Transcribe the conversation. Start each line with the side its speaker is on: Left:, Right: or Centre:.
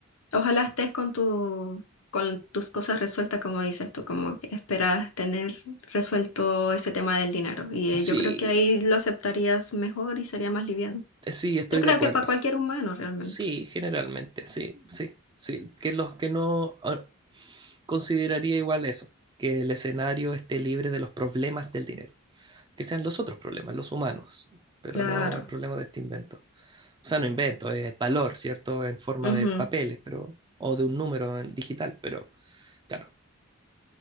Left: Ojalá estés con tu, con tus cosas resueltas, como dices tú, como que esperas tener resuelto ese tema del dinero. Y eh,
Right: sí,
Left: yo creo que ahí lo aceptarías mejor y sería más liviano.
Right: eh, sí, estoy
Left: Yo creo
Right: de acuerdo.
Left: que para cualquier humano realmente.
Right: Sí, generalmente, sí, sí, sí. Que los que no... ah, Consideraría igual eso, que el escenario esté libre de los problemas del dinero. que sean los otros problemas, los humanos, pero
Left: Claro.
Right: no el problema de este invento. O sea, no invento, es valor, ¿cierto? En forma
Left: Ujú.
Right: de papeles, pero, o de un número en digital, pero claro,